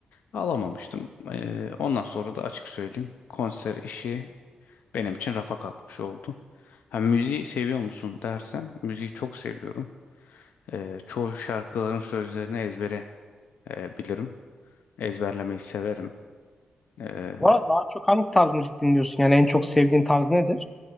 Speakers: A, on the left; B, in the centre.
A: alamamıştım. E, ondan sonra da açık söyleyeyim konser işi benim için rafa kalkmış oldu. Ha, müziği seviyor musun dersen müziği çok seviyorum. E, çoğu şarkıların sözlerini ezbere e, bilirim. Ezberlemeyi severim. E,
B: Bu arada daha çok hangi tarz müzik dinliyorsun yani en çok sevdiğin tarz nedir?